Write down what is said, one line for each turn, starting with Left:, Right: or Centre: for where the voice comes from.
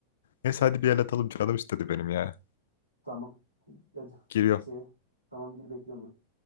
Left: Neyse hadi bir el atalım canım istedi benim ya.
Right: tamam. Hadi
Left: Giriyorum.
Right: şey tamam gir bekliyorum ben.